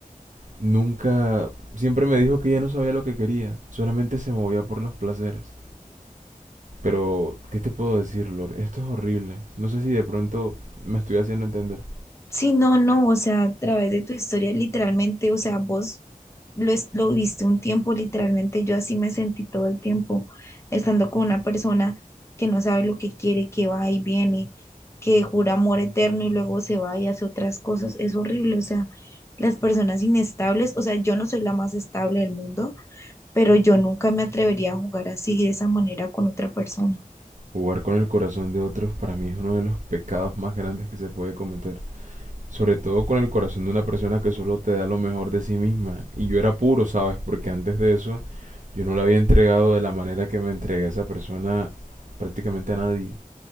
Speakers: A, on the right; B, on the left.
A: Nunca, siempre me dijo que ella no sabía lo que quería, solamente se movía por los placeres. Pero, ¿qué te puedo decir, Lord? Esto es horrible. No sé si de pronto me estoy haciendo entender.
B: Sí, no, no, o sea, a través de tu historia, literalmente, o sea, vos lo, es- lo viste un tiempo, literalmente, yo así me sentí todo el tiempo, estando con una persona que no sabe lo que quiere, que va y viene, que jura amor eterno y luego se va y hace otras cosas, es horrible, o sea, las personas inestables, o sea, yo no soy la más estable del mundo, pero yo nunca me atrevería a jugar así, de esa manera, con otra persona.
A: Jugar con el corazón de otros para mí es uno de los pecados más grandes que se puede cometer. Sobre todo con el corazón de una persona que solo te da lo mejor de sí misma. Y yo era puro, ¿sabes? Porque antes de eso yo no le había entregado de la manera que me entregué a esa persona prácticamente a nadie.